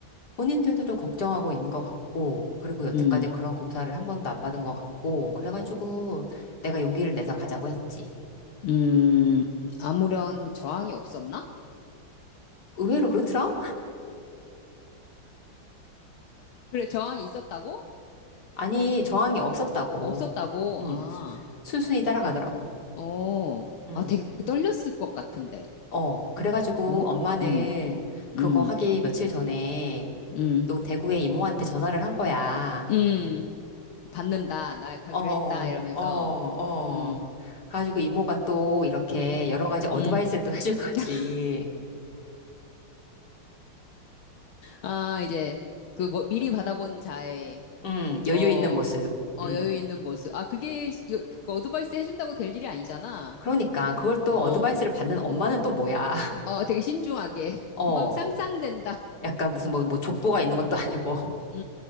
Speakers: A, on the left; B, on the left.
A: 본인들도 좀 걱정하고 있는 것 같고, 그리고 여태까지
B: 음,
A: 그런 검사를 한 번도 안 받은 것 같고, 그래가지고 내가 용기를 내서 가자고 했지.
B: 음. 아무런 저항이 없었나?
A: 의외로 그렇더라?
B: 그래, 저항이 있었다고?
A: 아니, 저항이 없었다고.
B: 없었다고.
A: 응,
B: 아,
A: 순순히 따라가더라고.
B: 어.
A: 응,
B: 아, 되게 떨렸을 것 같은데.
A: 어. 그래가지고
B: 엄,
A: 엄마는
B: 음,
A: 그거
B: 음,
A: 하기 며칠 전에
B: 음,
A: 또 대구의 이모한테 전화를 한 거야.
B: 음. 받는다. 나 가기로
A: 어,
B: 했다. 이러면서.
A: 어, 어.
B: 음,
A: 가지고 이모가 또 이렇게
B: 음,
A: 여러 가지 어드바이스를
B: 음.
A: 또 <laughs> 해줄 거지.
B: <laughs> 아, 이제 그 뭐 미리 받아본 자의
A: 응, 여유
B: 어,
A: 있는 모습.
B: 어,
A: 응.
B: 여유 있는 모습. 아, 그게 여- 그 어드바이스 해준다고 될 일이 아니잖아.
A: 그러니까 그걸 또
B: 어,
A: 어드바이스를 받는 엄마는 또 뭐야. <laughs>
B: 어, 되게 신중하게. <laughs>
A: 어.
B: 막 상상된다.
A: 약간 무슨 뭐, 뭐 족보가 있는 것도 아니고. <laughs>
B: 음,